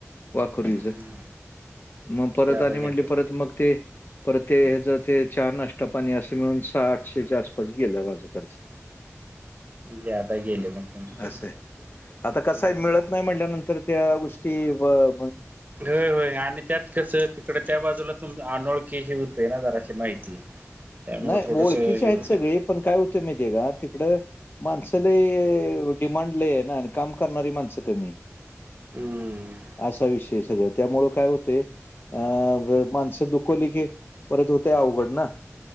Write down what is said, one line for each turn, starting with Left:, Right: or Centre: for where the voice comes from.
Left: वाकुरीचं
Right: हम्म
Left: मग परत
Right: ज्यादा
Left: आणि
Right: घेतात
Left: म्हणले परत मग ते परत ते ह्याच ते चहा नाश नाष्टा पाणी असे मिळून सहा आठशेच्या आसपास गेला माझा खर्च
Right: ज्यादा गेले मग तुमचे
Left: असं आता
Right: हम्म
Left: कस आहे मिळत. नाही म्हणल्यानंतर त्या गोष्टीवर
Right: होय होय आणि त्यात कसं तिकडं त्या बाजूला तुम अनोळखी ह होते ना जराशी माहिती त्यामुळे
Left: नाही
Right: थोडस
Left: ओळखीचे
Right: हे
Left: आहेत
Right: होते
Left: सगळे पण काय होते माहिती ये का तिकडं माणसाला डिमांड ल आहे ना आणि काम करणारी माणसं कमी
Right: हम्म
Left: असा विषय सगळं त्यामुळं काय होतेय. अ माणसं दुखवली की परत होते अवघड ना